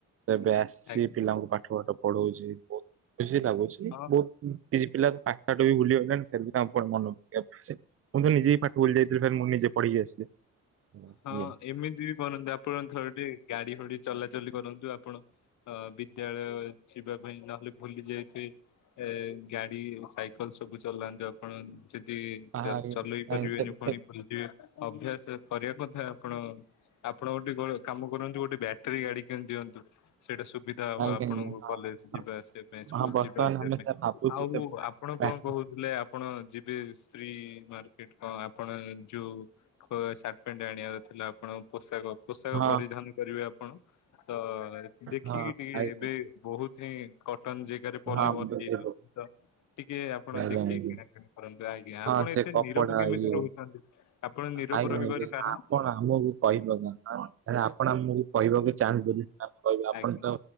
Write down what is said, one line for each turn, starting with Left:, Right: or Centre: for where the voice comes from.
Right: ଏବେ ଆସି
Left: ଆଜ୍ଞା
Right: ପିଲାଙ୍କୁ ପାଠ ପାଠ ପଢଉଛି ବହୁତ ବୁସି ଭାବୁଛି
Left: ହଁ
Right: ବହୁତ କିଛି ପିଲା ପାଖାଠ ବି ଭୁଲିଗଲେଣିି ସେ କ ମନ ମୁଁ ତ ନିଜେ ହି ପାଠ ଭୁଲି ଯାଇଥିଲି ମୁଁ ନିଜେ ପଢିକି ଆସିଲି।
Left: ହଁ
Right: ଇଏ
Left: ଏମିତି ବି କରନ୍ତୁ ଆପଣ ଥର ଟିକେ ଗାଡି ଫାଡି ଚଲାଚଲି କରନ୍ତୁ ଆପଣ ଅ ବିଦ୍ୟାଳୟ ଯିବା ପାଇଁ ନହେଲେ ଭୁଲି ଯାଇଥିବ। ଏ ଗାଡି ସାଇକେଲ ସବୁ ଚଲାନ୍ତୁ ଆପଣ ସେଠି
Right: ଆହାରି,
Left: ଚଲେଇ
Right: ନାଇଁ
Left: ପାରିବେନି
Right: ସେ
Left: ପୁଣି
Right: ସେ
Left: ଭୁଲିଯିବେ ଅଭ୍ୟାସ। କରିବା ଆପଣ ଆପଣ ଗୋଟେ କାମ କରନ୍ତୁ ଗୋଟେ ବ୍ୟାଟେରୀ ଗାଡି କେ ଦିଅନ୍ତୁ। ସେଇଟା ସୁବିଧା ହବ
Right: ଆଉ କାହିଁକି?
Left: ଆପଣଙ୍କୁ
Right: ହଁ
Left: କଲେଜ ଯିବା ଆସିବା ପାଇଁ ସ୍କୁଲ
Right: ହଁ, ବର୍ତ୍ତମାନ
Left: ଯିବା ଆସିବା
Right: ଆମେ
Left: ପାଇଁ
Right: ସେ ଭାବୁଛି
Left: ଆଉ
Right: ସେ
Left: ଆପଣଙ୍କ
Right: ପ୍ରା-
Left: କଣ କହୁଥିଲେ ଆପଣ। ଯିବେ ସ୍ତ୍ରୀ ମାର୍କେଟ କଣ ଆପଣ ଯୋଉ ପେଣ୍ଡ ଆଣିବାର ଥିଲା ଆପଣ ପୋଷାକ ପୋଷାକ
Right: ହଁ
Left: ପରିଧାନ କରିବେ ଆପଣ। ତ ଦେଖିକି
Right: ହଁ
Left: ଟିକେ
Right: ଆଇ
Left: ଏବେ ବହୁତ ହିଁ କ ପ
Right: ହଁ
Left: ଦେଇଉଛନ୍ତି
Right: ବୁଝିଲୁ।
Left: ତ ଟିକେ ଆପଣ
Right: ଆଜ୍ଞା,
Left: ଦେଖିକି
Right: ଆଜ୍ଞା।
Left: କିଣାକିଣା କରନ୍ତୁ ଆଜ୍ଞା
Right: ହଁ
Left: ଆପଣ।
Right: ସେ କପଡା
Left: ନିରବ କେମିତି
Right: ଇଏ
Left: ରହୁଛନ୍ତି ଆପଣ ନିରବ
Right: ଆଜ୍ଞା
Left: ରହିବାର
Right: ଆଜ୍ଞା
Left: କାରଣ
Right: ଆପଣ ଆମକୁ କହିପାରୁ ନାହାଁନ୍ତି ଆପଣ ଆମକୁ କହିବାକୁ ଚାହାଁନ୍ତୁନି କହିବେ ଆପଣ
Left: ଆଜ୍ଞା
Right: ତ